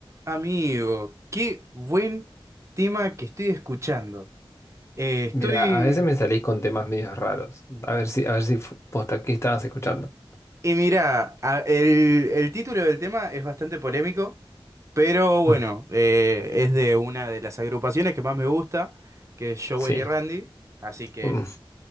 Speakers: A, on the right (about 30°); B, on the left (about 30°).
A: Amigo, qué buen tema que estoy escuchando. Eh, estoy...
B: Mira, a veces me salís con temas medios raros. A ver si, a ver si fu- posta, ¿qué estabas escuchando?
A: Y mira, a- el, el título del tema es bastante polémico, pero bueno,
B: Mm,
A: eh, es de una de las agrupaciones que más me gusta, que es Jowell
B: Sí.
A: y Randy. Así que...
B: Mm,